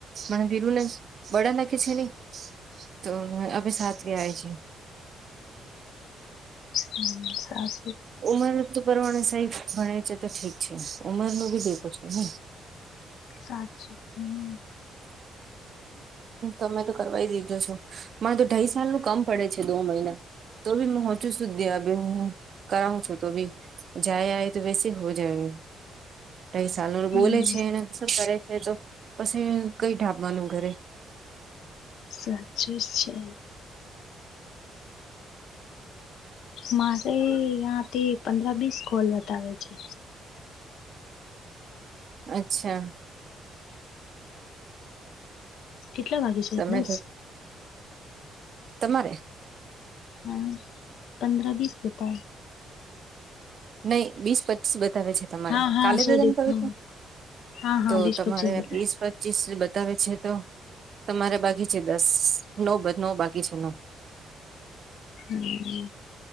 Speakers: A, on the right (about 50°); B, on the left (about 80°).
A: મને કીધું ને બધા નાખે છે ને તો હવે સાત્વી આય છે.
B: હમ, સાત
A: ઉમર તો પરમાણે સહી ભણે છે તો ઠીક છે, ઉમર નું બી દેખું છો ન. <inaudible>
B: છે સાચું હમ
A: તમે તો કરવાય દીધો છો મારે તો ઢાઈ સાલ નું કામ પડે છે દો મહિના. તો બી મોહોંચું સુધી આવે હ કરઉ છું તો ભી જાયય તો વેસે હો જાય. કઈ સલ બોલે
B: હમ
A: છેને શ કરે છે તો પછી કઈ ઢાબવાનું ઘરે.
B: સાચી છે. મારે યાંથી પંદ્ર બીસ ગલ બતાવે છે.
A: અચ્છા.
B: કેટલા વાગે છે
A: તમે
B: દસ
A: તો તમારે?
B: હા પંદ્રહ બીસ જતા.
A: નહી બીસ પચીસ બતાવે છે. તમારે
B: હા હા
A: કાલે
B: સોરી
A: બે કર
B: હા હા હા
A: તો
B: બીસ
A: તમારે
B: પચીસ બતા
A: બીસ. ીસ બતાવે છે તો તમારે બાકી છે દસ નવ નવ બાકી છે ન.
B: હમ.